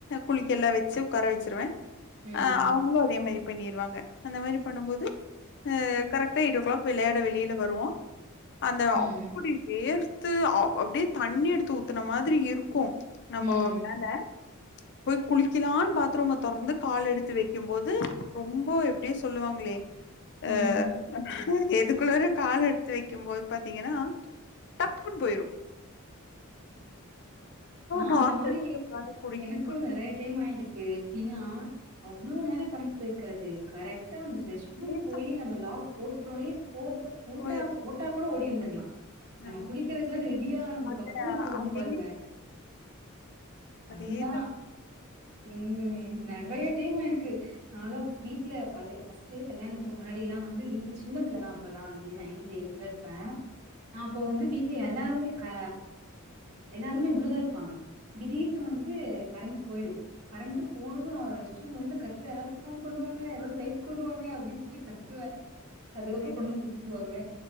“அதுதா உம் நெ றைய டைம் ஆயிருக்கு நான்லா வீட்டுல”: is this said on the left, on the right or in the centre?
Right